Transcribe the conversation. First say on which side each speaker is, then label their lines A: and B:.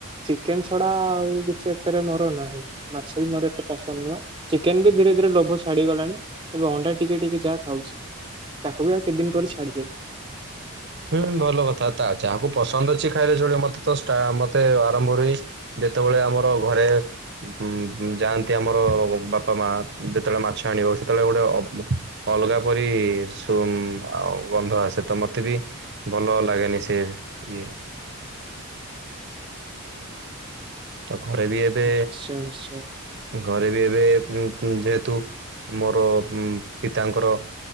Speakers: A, on the right; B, on the right.
A: ଚିକେନ ଛଡ଼ା ଆଉ କିଛି ଏତରେ ମୋର ନାହିଁ। ମାଛ ବି ମୋର ଏତେ ପସନ୍ଦ ନୁହଁ, ଚିକେନ ବି ଧୀରେ ଧୀରେ ଲୋଭ ଛାଡିଗଲାଣି। ଏବେ ଅଣ୍ଡା ଟିକେ ଟିକେ ଯାହା ଖାଉଛି, ତାକୁ ବି ଆଉ କେତେ ଦିନ ପରେ ଛାଡ଼ିଦେବି।
B: ହୁଁ ଭଲ କଥା ତା ଅଛି ଆକୁ ପସନ୍ଦ ଅଛି ଖାଇଲେ ଚଳିବ ମତେ ତ ମତେ ଆରମ୍ଭରୁ ହିଁ ଯେତେବେଳେ ଆମର ଘରେ ଉ ଯାଆନ୍ତି ଆମର ବାପା ମା ଯେତେବେଳେ ମାଛ ଆଣିବ ସେତେବେଳେ ଗୋଟେ ଅଲଗା ପରି ସୁ ଗନ୍ଧ ଆସେ ତ ମତେ ବି ଭଲ ଲାଗେନି ସେ ଇଏ। ଆଉ ଘରେ ବି ଏବେ
A: ନିଶ୍ଚୟ ନିଶ୍ଚୟ
B: ଘରେ ବି ଏବେ ଉଁ -ଉଁ- ଯେହେତୁ ମୋର ଉଁ- ପିତାଙ୍କର